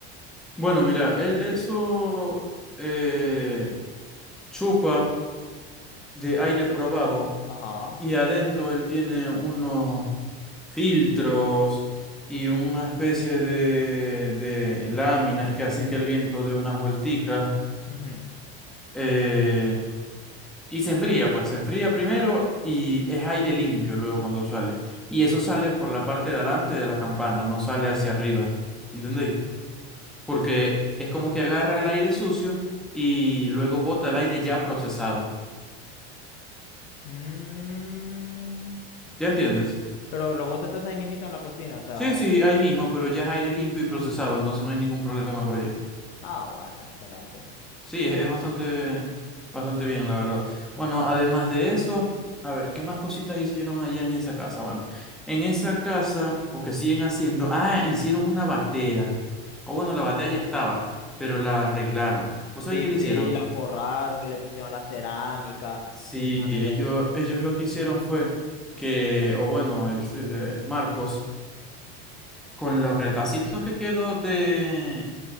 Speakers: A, in the centre; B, on the left (about 50°).
A: Bueno, mira, él eso eh, chupa de aire por abajo
B: Ajá.
A: y adentro él tiene unos filtros y una especie de, de láminas que hacen que el viento dé unas vuelticas.
B: ujú.
A: eh, Y se enfría, pues se enfría primero y es aire limpio luego cuando sale. Y eso sale por la parte de adelante de la campana, no sale hacia arriba. ¿Entendéis? Porque es como que agarra el aire sucio y luego bota el aire ya procesado.
B: Mm.
A: ¿Ya entiendes?
B: Pero lo bota entonces ahí mismito en la cocina, o sea.
A: Sí, sí, ahí mismo, pero ya es aire limpio y procesado, entonces no hay ningún problema por ello.
B: Ah, bueno, excelente.
A: Sí, es, es bastante, bastante bien, la verdad. Bueno, además de eso, a ver, ¿qué más cositas hicieron allá en esa casa? Bueno, en esa casa, o que siguen haciendo, ah, hicieron una batea. O bueno, la batea ya estaba, pero la arreglaron. ¿Vos sabés
B: Sí,
A: qué le
B: sí,
A: hicieron?
B: la forraron y le pusieron la cerámica
A: Sí,
B: también.
A: ellos, ellos lo que hicieron fue que, o bueno, el, el, eh, Marcos, con los retacitos que quedó de,